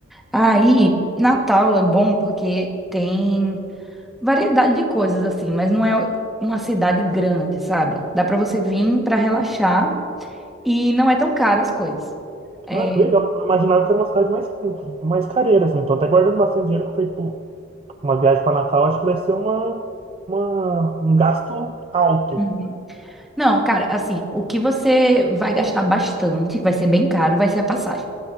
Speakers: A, in the centre; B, on the right (about 30°).
A: Aí, Natal é bom porque tem variedade de coisas assim, mas não é uma cidade grande, sabe? Dá pra você vir pra relaxar e não é tão caro as coisas. É,
B: Ah, que legal. Eu imaginava que era uma cidade mais, mais careira, assim. Tô até guardando bastante dinheiro que foi Uma viagem para Natal acho que vai ser uma, uma, um gasto alto.
A: uhum. Não, cara, assim, o que você vai gastar bastante, que vai ser bem caro, vai ser a passagem.